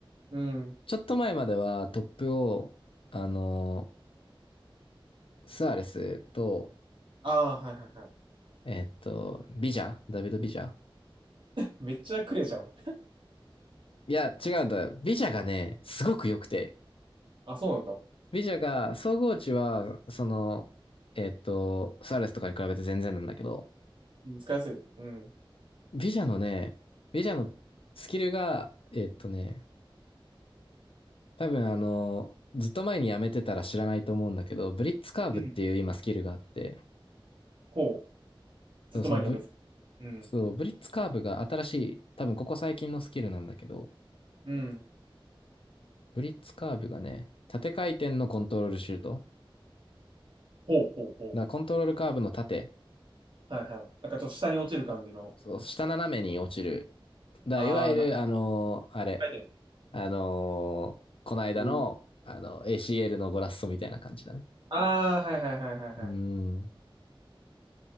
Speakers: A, on the right (about 60°); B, on the left (about 75°).
A: うん。
B: ちょっと前まではトップを、あの、スアレスと、
A: ああー、はいはいはい。
B: えっと、ビジャダビド・ビジャ
A: めっちゃくれじゃん。
B: いや、違うんだ。ビジャがね、すごく良くて。
A: あ、そうなんだ。
B: ビジャが、総合値は、その、えっと、スアレスとかに比べて全然なんだけど、
A: うん使いやすい。うん。
B: ビジャのね、ビジャのスキルが、えっとね、多分あの、ずっと前にやめてたら知らないと思うんだけど、ブリッツカーブっていう今スキルがあって、
A: うん。ほう。ずっと前にやめてた。
B: そのブリ
A: うん。
B: そう、ブリッツカーブが新しい、多分ここ最近のスキルなんだけど、
A: うん。
B: ブリッツカーブがね、縦回転のコントロールシュート。だか
A: ほうほうほう。
B: らコントロールカーブの縦、
A: はいはい。なんかちょっと下に落ちる感じの。
B: そう、下斜めに落ちる。だからいわゆる、
A: ああ、な
B: あのーあれ、
A: 回転。
B: あのーこの間の、
A: うん。
B: あの、ACL のゴラッソみたいな感じだね。
A: ああ、はいはいはいはいはい。
B: うーん。